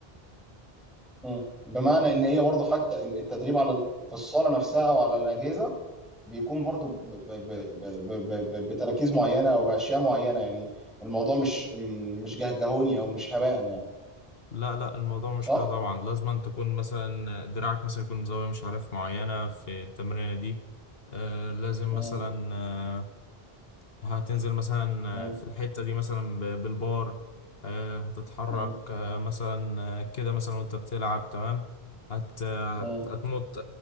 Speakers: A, in the centre; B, on the left.
A: مم. بمعنى ان هي برضو حتى التدريب على ال- في الصاله نفسها او على الاجهزه بيكون برضو ب- ب- ب- ب- ب- ب- بتراكيز معينة أو بأشياء معينة يعني الموضوع مش م- مش جهجهوني أو مش هباء يعني
B: لا لا الموضوع مش
A: صح؟
B: كده طبعا لازم أن تكون مثلا دراعك مثلا يكون زاوية مش عارف معينة في التمرينة دي آه لازم
A: مم.
B: مثلا آه، هتنزل مثلا
A: مم.
B: آه، في الحتة دي مثلا ب- بالبار آه، هتتحرك
A: مم.
B: آه، مثلا آه، كده مثلا وانت بتلعب تمام هت هت-
A: مم.
B: هتمط